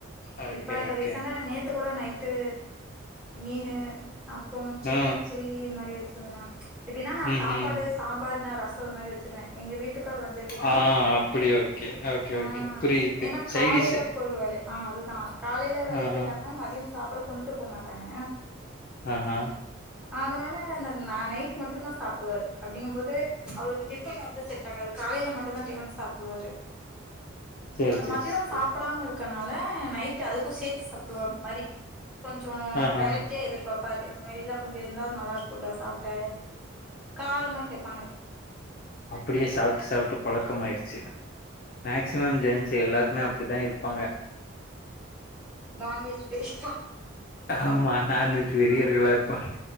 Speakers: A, on the left (about 45°); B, in the centre.
A: ஓகே
B: இப்ப
A: ஓகே
B: ரீசென்டா நேத்து கூட நைட்டு மீனு அப்போ சிக்கன்
A: ஆ
B: சில்லி இது மாரி எடுத்துட்டு வந்தாங்க எப்டின்னா நா
A: ம்ஹ்ம்
B: சாப்பாடு சாம்பார்ன ரசம் இது மாரி வச்சுருவே எங்க வீட்டுக்கார் வந்து எப்டினா
A: ஆ அப்படி ஓகே ஓகே
B: அ
A: ஓகே புரியுது
B: ஏன்னா
A: சைடிஷு
B: காலைல போய்ருவாரு ஆ அதுதா காலையில வேலக்கி
A: ஆ
B: போயிட்டாங்கன்னா
A: ஆ
B: மதியொ சாப்பாடு கொண்டுட்டு போமாட்டாங்க
A: அ அ
B: அதனால அந்த ந நைட் மட்டுந்தா சாப்டுவாரு அப்படிங்கும் போது அவருக்கு டிஃபன் வந்து செ ட்டாகாது காலையில மட்டுந்தா டிஃபன் சாப்டுவாரு
A: சேரி
B: அந்த
A: சேரி
B: மத்யொ
A: சேரி
B: சாப்டாம இருக்கனால நைட்டு் அதுக்கு சேத்து சாப்டுவா மாரி கொஞ்ச
A: ஆஹா
B: வெரைட்டியா எதிர்பாப்பார் இந்த மாரி எல்லா கொஞ்சர்ந்தா நல்லா இருக்குல்ல சாப்ட காரமா கேப்பாங்க
A: அப்டியே சாப்ட்டு சாப்ட்டு பழக்கமாய்ற்ச்சு மேக்சிமம் ஜென்ஸ் செ எல்லாருமே அப்டிதா இருப்பாங்க
B: நான்வெஜ் பெரியக்கா
A: ஆமா நான்வெஜ் வெறியர்களா இருப்பாங்க